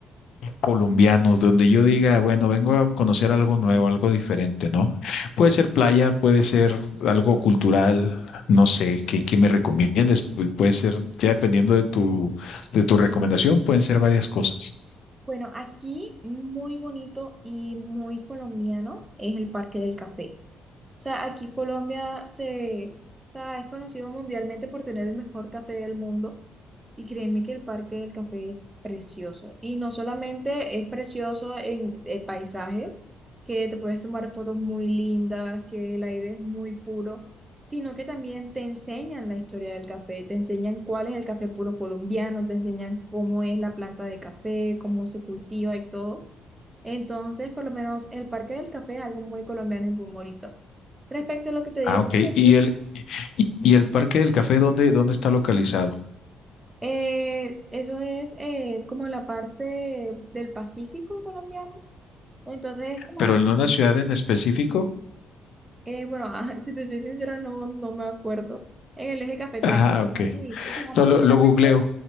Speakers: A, on the left; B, on the right.
A: colombianos, donde yo diga, bueno, vengo a conocer algo nuevo, algo diferente, ¿no? Puede ser playa, puede ser algo cultural, no sé, ¿qué, qué me recomiendes? Pu- Puede ser, ya dependiendo de tu, de tu recomendación, pueden ser varias cosas.
B: Bueno, aquí muy bonito y muy colombiano es el Parque del Café. O sea, aquí Colombia se, o sea, es conocido mundialmente por tener el mejor café del mundo. Y créeme que el Parque del Café es precioso. Y no solamente es precioso en eh, paisajes, que te puedes tomar fotos muy lindas, que el aire es muy puro, sino que también te enseñan la historia del café, te enseñan cuál es el café puro colombiano, te enseñan cómo es la planta de café, cómo se cultiva y todo. Entonces, por lo menos el Parque del Café es algo muy colombiano y muy bonito. Respecto a lo que te digo,
A: Ah, ok.
B: <laughs>
A: ¿Y el, y, y el Parque del Café, dónde, dónde está localizado?
B: Eh, eso es eh, como la parte del Pacífico colombiano. Entonces es como,
A: ¿Pero en una ciudad en específico?
B: eh, bueno, <laughs> ah, si te soy sincera, no, no me acuerdo. En el eje cafetero.
A: Ah, ok.
B: Así, se se llama
A: No,
B: literalmente,
A: lo, lo googleo.